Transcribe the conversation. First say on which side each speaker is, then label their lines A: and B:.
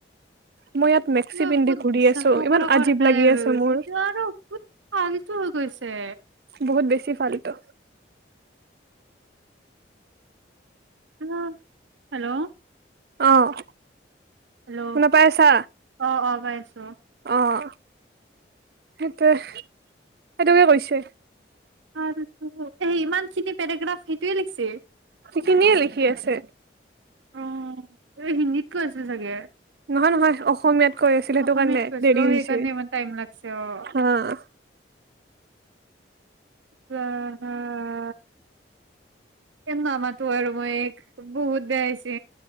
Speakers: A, on the right (about 55°); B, on the right (about 80°).
A: মই ইয়াত মেক্সি
B: কিবা
A: পিন্ধি
B: বহুত
A: ঘূৰি
B: বিশ্বাস
A: আছো
B: নকৰ
A: ইমান
B: কথাৰে
A: আজীৱ লাগি
B: কই
A: আছে
B: গৈছে
A: মোৰ
B: ক আৰু বহু অ' আজিটো হৈ গৈছে।
A: বহুত বেছি ফাল্টু।
B: হা হেল্ল'
A: অ'।
B: হেল্ল'
A: শুনা পাই আছা
B: অ' অ'। পাই আছো।
A: অ' সেইটোৱে। সেইটোকে কৈছে।
B: আৰু তো। ইমান খিনি পেৰেগ্ৰাফ সেইটোয়ে লিখছি।
A: সিখিনিয়ে লিখি আছে।
B: অ' এই হিন্দীত কৈ আছিল চাগে?
A: নহয়, নহয় অসমীয়াত কৈ আছিল সেইটো
B: অসমীয়াত
A: কাৰণে
B: কৈছিল
A: দেৰি
B: অ
A: হৈছে।
B: সেইকাৰণে ইমান টাইম লাগছে অ
A: হা'।
B: উৱা হা হা এইক নামাতো আৰু মই। এই বহুত বেয়া হৈছে।